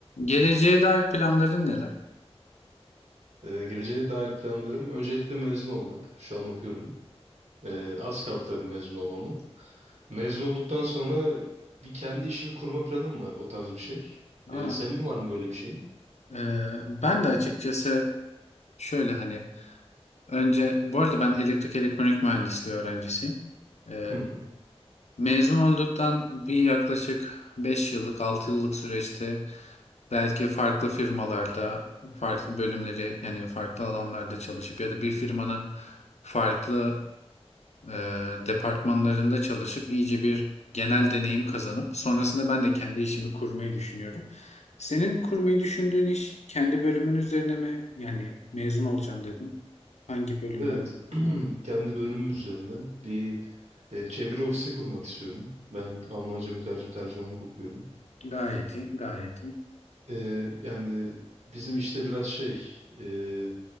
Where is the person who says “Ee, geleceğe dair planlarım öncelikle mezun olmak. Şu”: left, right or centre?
Right